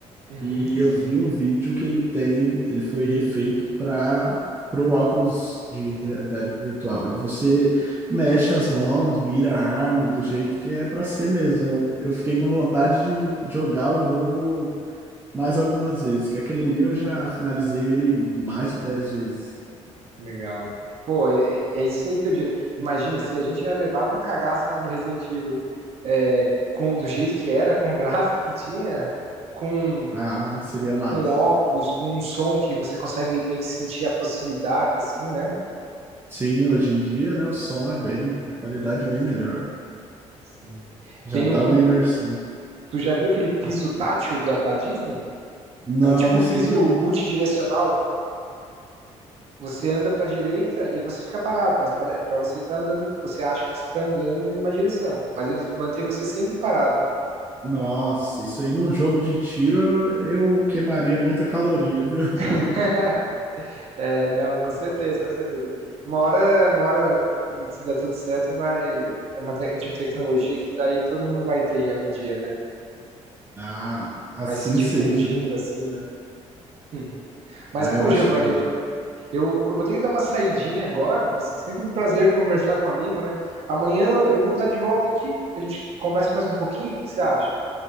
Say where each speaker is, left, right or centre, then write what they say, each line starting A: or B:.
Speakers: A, on the right (about 55°); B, on the right (about 15°).
A: Uhum,
B: e eu
A: sim.
B: vi um vídeo que ele tem, ele foi refeito para o óculos de realidade virtual, e você mexe as mãos, mira a arma do jeito que é para ser mesmo. Eu, eu fiquei com vontade de jogar o jogo mais algumas vezes, que aquele ali eu já finalizei ele mais de dez vezes.
A: Legal. Pô, é, é é isso aí que eu digo. Imagina, se a gente já levava um cagaço lá no Resident Evil, é, com, do jeito que era, com o <laughs> gráfico que tinha, com,
B: Ah, seria massa.
A: com óculos, com um som que você consegue meio que sentir a proximidade, assim, né?
B: Sim, hoje em dia, né, o som é bem, a qualidade é bem melhor.
A: Sim.
B: Já
A: Tem
B: dá
A: um.
B: uma imersão.
A: Tu já viu aquele piso tátil da, da Disney?
B: Não,
A: É um tipo
B: isso
A: piso
B: aí não.
A: multidirecional. Você anda para a direita e você fica parado, mas para você estar andando, você acha que você está andando em uma direção, mas eles mantêm você sempre parado.
B: Nossa, isso aí num jogo de tiro eu, eu queimaria muita caloria, viu? <laughs>
A: <laughs> É, não, com certeza, com certeza. Uma hora, uma hora, se der tudo certo, vai. É uma te- é tipo de tecnologia que daí todo mundo vai ter em algum dia, né?
B: Ah, assim
A: Vai se difundindo
B: seja.
A: assim, né? Hum. Mas,
B: Ah,
A: pô,
B: eu acho
A: Giovanni,
B: legal.
A: eu, eu vou ter que dar uma saidinha agora, mas sempre um prazer conversar com um amigo, né? Amanhã eu eu vou estar de volta aqui, a gente conversa mais um pouquinho, o que que você acha?